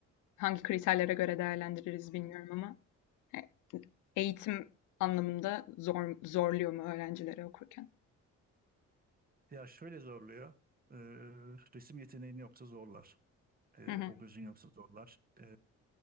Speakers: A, on the left (about 80°); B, on the right (about 30°).
A: hangi kriterlere göre değerlendiririz bilmiyorum ama e, eğitim anlamında zor, zorluyor mu öğrencileri okurken?
B: Ya şöyle zorluyor. e, resim yeteneğin yoksa zorlar. E,
A: Hı hı,
B: o gözün yoksa zorlar. E,